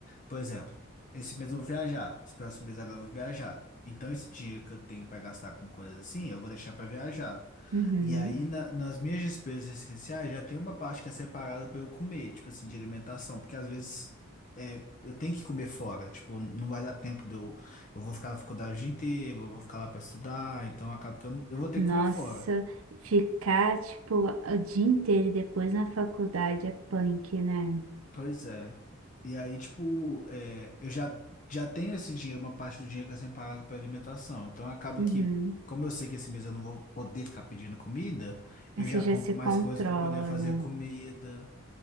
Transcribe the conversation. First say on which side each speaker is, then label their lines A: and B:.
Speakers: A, on the left (about 35°); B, on the right (about 80°).
A: Por exemplo, esse mês eu vou viajar, os próximos meses agora eu vou viajar. Então, esse dinheiro que eu tenho para gastar com coisas assim, eu vou deixar para viajar.
B: Uhum.
A: E aí, na- nas minhas despesas essenciais, já tem uma parte que é separada para eu comer, tipo assim, de alimentação, porque às vezes é, eu tenho que comer fora, tipo, não vai dar tempo de eu. Eu vou ficar na faculdade o dia inteiro, eu vou ficar lá para estudar, então acaba que eu, não- eu vou ter
B: Nossa,
A: que comer fora.
B: ficar, tipo, o dia inteiro e depois na faculdade é punk, né?
A: Pois é. E aí, tipo, é, eu já, já tenho esse dinheiro, uma parte do dinheiro que é separado para alimentação. Então acaba
B: Uhum.
A: que, como eu sei que esse mês eu não vou poder ficar pedindo comida,
B: Você
A: eu já
B: já
A: compro
B: se controla,
A: mais coisas para poder fazer
B: né?
A: a comida.